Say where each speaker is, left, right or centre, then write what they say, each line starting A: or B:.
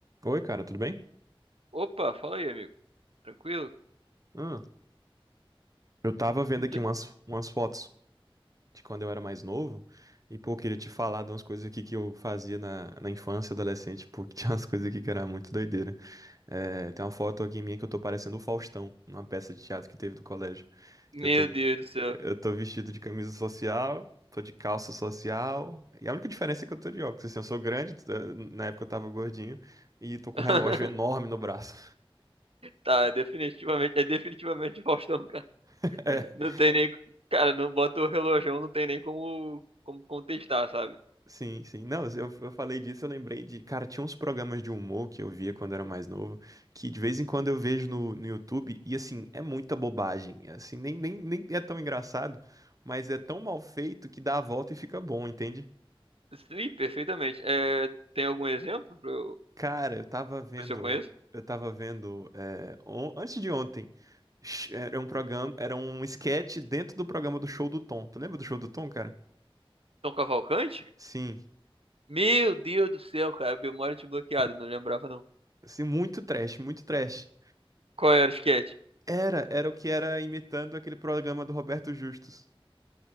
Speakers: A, on the right; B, on the right.
A: Oi, cara, tudo bem?
B: Opa, fala aí, amigo. Tranquilo?
A: Ah, eu tava vendo aqui
B: Tch-
A: umas, umas fotos de quando eu era mais novo e, pô, eu queria te falar de umas coisas aqui que eu fazia na, na infância, adolescente, porque <laughs> tinha umas coisas aqui que era muito doideira. É, tem uma foto aqui minha que eu tô parecendo o Faustão, numa peça de teatro que teve do colégio,
B: Meu
A: que eu tô, vi-
B: Deus do céu.
A: eu tô vestido de camisa social, tô de calça social e a única diferença é que eu tô de óculos, assim, eu sou grande, t- na época eu tava gordinho e tô com
B: <laughs>
A: um relógio enorme no braço.
B: Tá, é definitivamente, é definitivamente Faustão, cara.
A: <laughs>
B: Não tem nem, cara, não bota o relógio, não tem nem como, como contestar, sabe?
A: Sim, sim. Não, eu, eu falei disso, eu lembrei de. Cara, tinha uns programas de humor que eu via quando era mais novo, que de vez em quando eu vejo no, no YouTube, e assim, é muita bobagem. é Assim, nem, nem, nem é tão engraçado, mas é tão mal feito que dá a volta e fica bom, entende?
B: Sim, perfeitamente. É, tem algum exemplo pra eu,
A: Cara, eu tava vendo.
B: pra eu se eu conheço?
A: Eu tava vendo. é, on- antes de ontem, sh- era um programa, era um sketch dentro do programa do Show do Tom. Tu lembra do Show do Tom, cara?
B: Tom Cavalcante?
A: Sim.
B: Meu Deus do céu, cara, memória desbloqueada, não lembrava não.
A: Assim, muito trash, muito trash.
B: Qual era o sketch?
A: Era, era o que era imitando aquele programa do Roberto Justus.